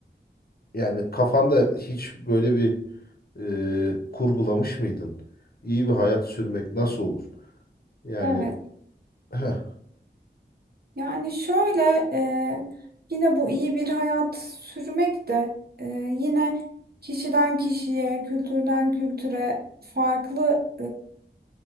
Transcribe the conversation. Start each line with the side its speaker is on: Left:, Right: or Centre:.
Left: yani kafanda hiç böyle bir e, kurgulamış mıydın? İyi bir hayat sürmek nasıl olur? Yani
Right: Evet.
Left: heh,
Right: Yani şöyle e, yine bu iyi bir hayat sürmek de e, yine kişiden kişiye, kültürden kültüre farklılık